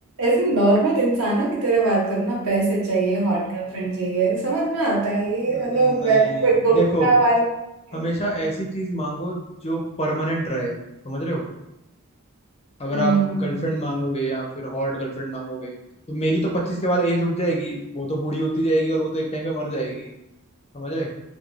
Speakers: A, on the right; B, on the left.
A: ऐसे नॉर्मल इंसानों की तरह बात करो ना पैसे चाहिए हॉट गर्लफ्रेंड चाहिए समझ में आता है ये
B: नहीं
A: मतलब मैं को कोई गोल
B: देखो
A: ना मार सके।
B: हमेशा ऐसी चीज मांगो जो परमानेंट रहे समझ रहे हो अगर
A: हम्म
B: आप गर्लफ्रेंड मांगोगे या फिर हॉट गर्लफ्रेंड मांगोगे तो मेरी तो पच्चीस के बाद एज रुक जाएगी वो तो बूढ़ी होती जाएगी और वो तो एक टाइम पे मर जाएगी समझ रहे